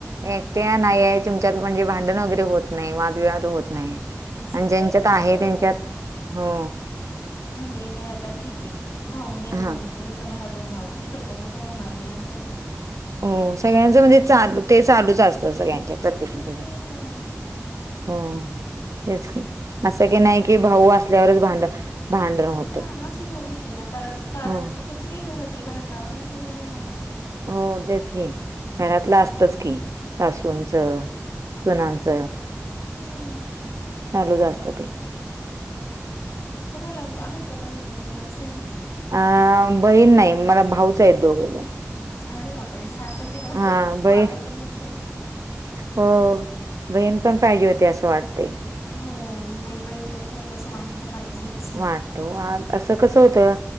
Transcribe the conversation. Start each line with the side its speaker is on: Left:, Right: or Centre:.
Right: एकटे नाही आहे तुमच्यात म्हणजे भांडण वगैरे होत नाही वादविवाद होत नाही.
Left: असं
Right: आणि ज्यांच्यात
Left: काही नसत
Right: आहे
Left: ओ.
Right: त्यांच्यात हो
Left: म्हणजे काय आता ठीक आहे भाऊ नही म्हणून
Right: हा
Left: तुमच्या घरात होणार दुसरं कोणाच होणार नाही असंय का?
Right: हो सगळ्यांचं म्हणजे चालू ते चालूच असतं सगळ्यांच्या
Left: हम्म
Right: प्रत्येक का च्या घरी.
Left: तेच ना
Right: हो तेच क असं की नाही कि भाऊ असल्यावरच भांड भांडण होतं
Left: हा असं थोडीच आहे ना कार कारकीची
Right: हो.
Left: काही घरातली भांडणार आणि असं थोडी अस
Right: हो तेच की, घरतलं असतच की सासूंचं, मुलाच.
Left: हम्म.
Right: चालू चा असत ते.
Left: तुम्हाला आहे का बहीण वगैरे असेल ना.
Right: अ बहीण नाही मला भाऊच आहे दोघे जण
Left: अरे बापरे सारखंच आहे मग
Right: हा बहीण
Left: मला पण नाही माहित.
Right: हो बहीण पण पाहिजे होते असं वाटते
Left: हो नाही बहीण तर खरंच असं वाटत पाहिजे
Right: वाटतो असं कसं होतं